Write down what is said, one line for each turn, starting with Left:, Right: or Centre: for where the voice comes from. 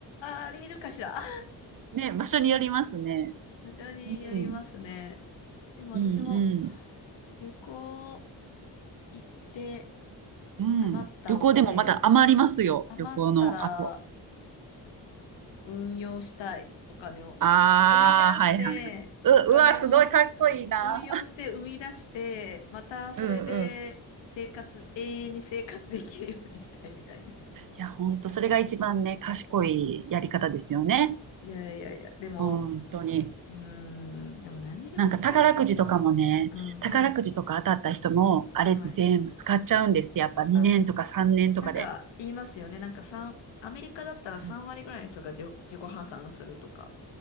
Left: パーリーいるかしら。あ、
Right: ね、場所によりますね。
Left: 場所によりますね。
Right: うん、
Left: でも私も
Right: うん、
Left: 旅行行って
Right: うん、
Left: 余ったお金、
Right: うん。旅行でもまだ余りますよ、
Left: 余ったら
Right: 旅行の後。
Left: 運用したい。お金を。
Right: あー、
Left: 生み出して、
Right: はいはいはい。う、
Left: お金を
Right: うわ、すごいかっこいいな。
Left: <laughs> 運用して生み出して、またそれで生活、
Right: うんうん。い
Left: 永遠に生活できるようにしたいみたいな。<laughs>
Right: や、本当それが一番ね、賢いやり方ですよね。
Left: いやいやいや、でも、
Right: 本当に。
Left: うーん、でも何にでも使えるんだったら、
Right: なんか宝くじとかもね、
Left: うん、
Right: 宝くじとか当たった人も、
Left: はい、
Right: あれって全部使っちゃうんですって、
Left: はい。
Right: やっぱ2年とか3年とかで。
Left: あ、なんか言いますよね。なんか三アメリカだったら3割ぐらいの人が自己自己破産するとか
Right: うん